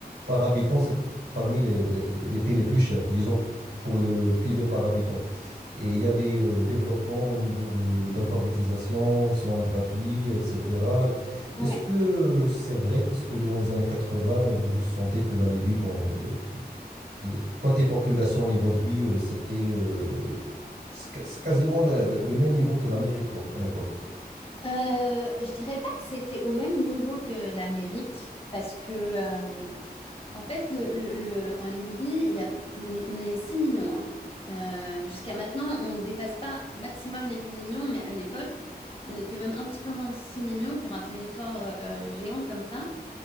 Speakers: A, on the right; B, on the left.
A: par habitant, c'était parmi les, les- les pays les plus chers, disons, pour le PIB par habitant. Et il y a des euh, développements au niveau de, d'alphabétisation, soins gratuits, etc.
B: ouais.
A: Est-ce que euh, c'est vrai? Est-ce que dans les années 80, vous sentez que la Libye, bon, euh, le- côté population, niveau de vie, euh, c'était euh, c'est ca- c'est quasiment le, le- le même niveau que l'Amérique, quoi, à l'époque.
B: Euh, je dirais pas que c'était au même niveau que l'Amérique, parce que euh, en fait, le, le- le- en Libye, il y a, on est, on est 6 millions. hein. Euh, jusqu'à maintenant, on ne dépasse pas maximum les 8 millions, mais à l'époque, on était même un petit peu moins de 6 millions pour un territoire euh, géant comme ça.